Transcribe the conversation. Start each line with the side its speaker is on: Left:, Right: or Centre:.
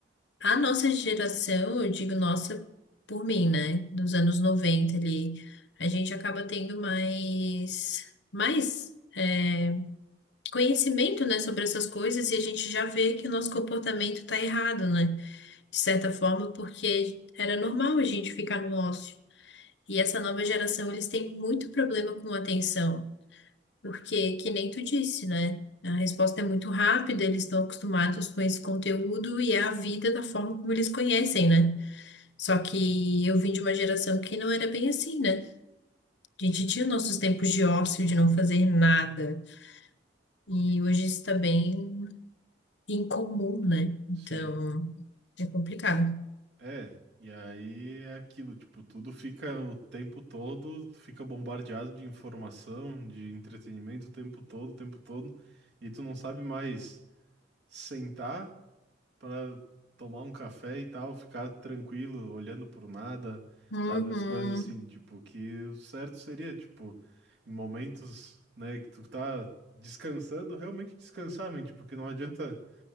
Left: A nossa geração, eu digo nossa por mim, né? Dos anos 90 ali, a gente acaba tendo mais, mais é, conhecimento, né, sobre essas coisas e a gente já vê que o nosso comportamento está errado, né? De certa forma, porque era normal a gente ficar no ócio. E essa nova geração, eles têm muito problema com atenção, porque, que nem tu disse, né? A resposta é muito rápida, eles estão acostumados com esse conteúdo e é a vida da forma como eles conhecem, né? Só que eu vim de uma geração que não era bem assim, né? A gente tinha nossos tempos de ócio, de não fazer nada, e hoje isso está bem incomum, né? Então,
Right: Sim.
Left: é complicado.
Right: É, e aí é aquilo, tipo, tudo fica o tempo todo, tu fica bombardeado de informação, de entretenimento o tempo todo, o tempo todo, e tu não sabe mais sentar para tomar um café e tal, ficar tranquilo, olhando por nada,
Left: Uhum.
Right: sabe? As coisas assim, tipo, que o certo seria, tipo, em momentos, né, que tu tá descansando, realmente descansar, mente, porque não adianta